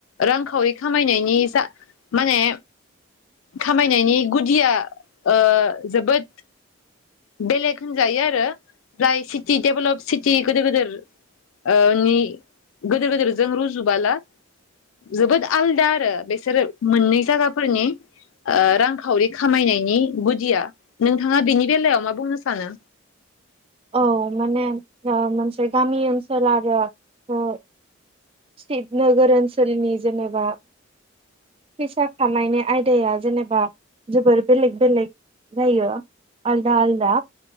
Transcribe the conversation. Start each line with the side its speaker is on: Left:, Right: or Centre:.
Left: रांखावरि खामायनायनि जा माने खामायनायनि गुदिया ओ जोबोद बेलेग होनजायो आरो जाय सिटि डेभेलप सिटि गोदोर गोदोर ओ नि गोदोर गोदोरजों रुजुबोला जोबोद आलदा आरो बेसोरो मोननै जागाफोरनि ओ रांखावरि खामायनायनि गुदिया। नोंथाङा बिनि बेलायाव मा बुंनो सानो?
Right: औ माने ओ मोनसे गामि ओनसोल आरो ओ सिटि नोगोर ओनसोलनि जेनेबा फैसा खामायनाय आयदाया जेनेबा जोबोर बेलेग बेलेग जायो आलदा आलदा।